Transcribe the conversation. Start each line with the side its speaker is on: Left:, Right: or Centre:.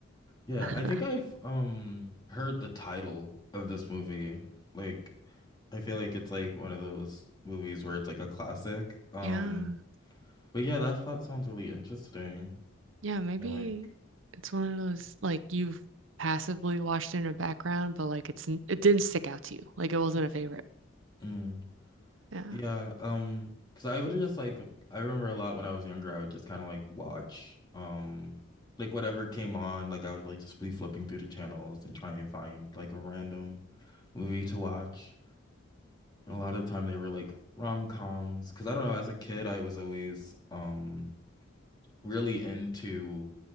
Left: Yeah,
Right: <laughs>
Left: I think I've um heard the title of this movie. Like I feel like it's like one of those movies where it's like a classic. Um
Right: Yeah.
Left: but yeah, that plot sounds really interesting.
Right: Yeah, maybe
Left: And like
Right: it's one of those like you've passively watched in the background, but like it's n- it didn't stick out to you. Like it wasn't a favorite.
Left: mm,
Right: Yeah.
Left: yeah, um, because I would just like I remember a lot when I was younger, I would just kind of like watch um like whatever came on, like I would like just be flipping through the channels and try and find like a random movie to watch. And a lot of the time they were like rom-coms. Because I don't know, as a kid, I was always um really into